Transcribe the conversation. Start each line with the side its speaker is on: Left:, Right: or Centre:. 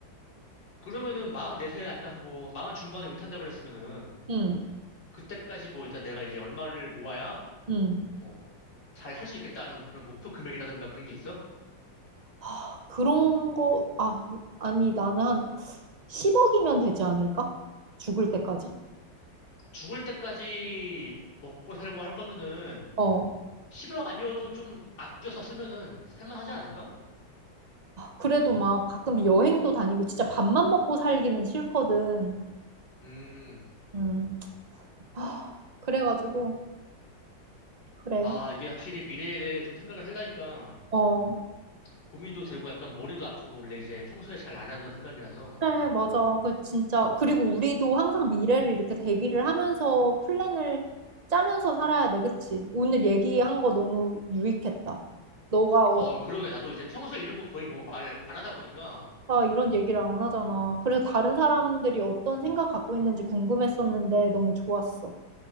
Left: 그러면은 마흔 네 세 그러니까 뭐, 마흔 중반에 은퇴한다 그랬으면은,
Right: 음.
Left: 그때까지 뭐, 일단 내가 이제 얼마를 모아야,
Right: 음.
Left: 뭐, 잘 살 수 있겠다는 뭐 그런 목표 금액이라든가 그런 게 있어?
Right: 하, 그런 거 아, 아니 나는 한 10억이면 되지 않을까? 죽을 때까지.
Left: 죽을 때까지 먹고 살고 할 거면은,
Right: 어.
Left: 10억 아니어도 좀 아껴서 쓰면은, 살만하지 않을까?
Right: 그래도 막 가끔 여행도 다니고 진짜 밥만 먹고 살기는 싫거든.
Left: 음,
Right: 음. 하, 그래가지고 그래.
Left: 아, 이게 확실히 미래에 대해 좀 생각을 하려니까,
Right: 어.
Left: 고민도 되고 약간 머리도 아프고, 원래 이제 평소에 잘 안 하던 생각이라서,
Right: 그래, 맞아. 그 진짜 그리고 우리도 항상 미래를 이렇게 대비를 하면서 플랜을 짜면서 살아야 돼, 그치? 오늘 얘기한 거 너무 유익했다. 너가 어쩌다
Left: 어, 그러게. 나도 이제 평소에 이런 거 거의 뭐 말 안 하다 보니까,
Right: 이런 얘기를 안 하잖아. 그래서 다른 사람들이 어떤 생각 갖고 있는지 궁금했었는데 너무 좋았어.